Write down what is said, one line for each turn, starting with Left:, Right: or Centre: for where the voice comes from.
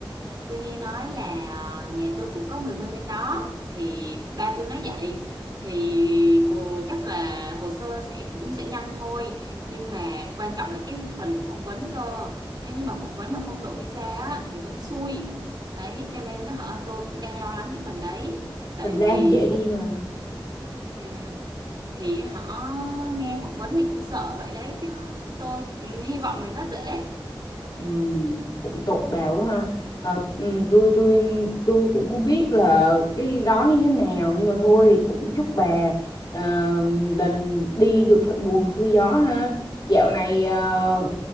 Right: tôi nghe nói là ờ, nhà tôi cũng có người quen bên đó thì ba tôi nói vậy thì cô chắc là hồ sơ sẽ cũng sẽ nhanh thôi nhưng mà quan trọng là cái phần phỏng vấn cơ nếu như mà phỏng vấn mà không đậu visa á, thì mới xui đấy cho nên hả tôi cũng đang lo lắng cái phần đấy tại
Left: Phần Lan
Right: vì
Left: dễ đi
Right: tôi
Left: mà
Right: ừm, thì họ nghe phỏng vấn thì cũng sợ vậy đấy chứ tôi ừ, hy vọng là nó dễ
Left: ừ, cũng tội bà quá ha Ờ, ừ, tôi tôi tôi cũng không biết là cái đó như thế nào nhưng mà thôi cũng chúc bà ờ, lần đi được thuận buồm xuôi gió ha dạo này ờ, ừ,